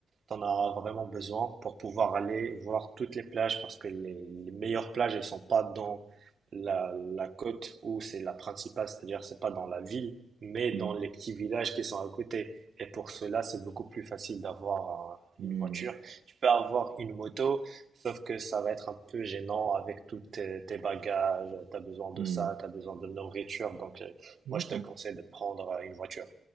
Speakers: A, on the right (about 55°); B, on the right (about 90°).
A: Tu en as vraiment besoin pour pouvoir aller voir toutes les plages parce que les, les meilleures plages, elles sont pas dans la, la côte où c'est la principale, c'est-à-dire c'est pas dans la ville, mais
B: mmh.
A: dans les petits villages qui sont à côté. Et pour cela, c'est beaucoup plus facile d'avoir un-
B: Hmm,
A: une voiture. Tu peux avoir une moto, Sauf que ça va être un peu gênant avec tous tes, tes bagages, t'as besoin de
B: hmm.
A: ça, t'as besoin de nourriture, donc euh,
B: D'accord.
A: moi je te conseille de prendre euh, une voiture.